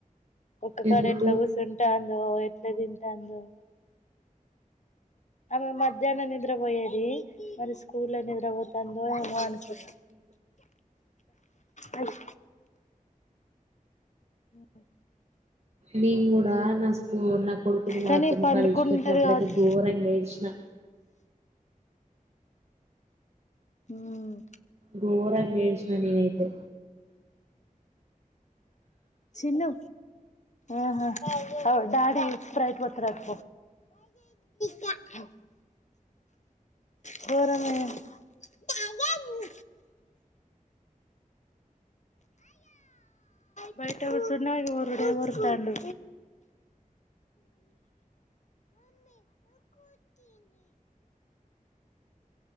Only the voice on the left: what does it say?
ఒక్క
కాడ ఎట్లా కూసుంటాందో లేదండి ఏందో ఆమె మధ్యాహ్నం నిద్ర పోయేది. మరి స్కూల్ లో నిద్ర పోత తందో ఏమో అనుకున్నా అది ఆ
కానీ
పండుకుంటది
కావచ్చు
హ్మ్
చిన్ను అ ఆహా డాడీ స్ప్రైట్ పాటుకోస్తునాడు పో పోరా బాయ్ తగనూ బయట కుసున్న ఇగో వొరుడు వొర్తాండు